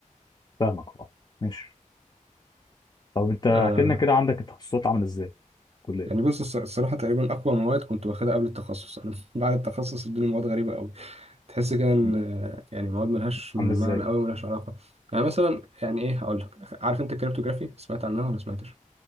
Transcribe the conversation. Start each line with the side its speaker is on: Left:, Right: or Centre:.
Left: فاهمك اه ماشي طب انت
Right: آه
Left: احكي لنا كده عندك التخصصات عامله ازاي كليه
Right: يعني بص الص- الصراحه تقريبا اقوى مواد كنت واخدها قبل التخصص انا <laughs> بعد التخصص الدنيا مواد غريبه قوي. تحس كده ان
Left: مم.
Right: آه، يعني مواد ملهاش معنى
Left: عامله ازاي
Right: قوي ملهاش علاقه يعني مثلا يعني ايه هقول لك عارف انت الكريپتوغرافي سمعت عنها ولا سمعتش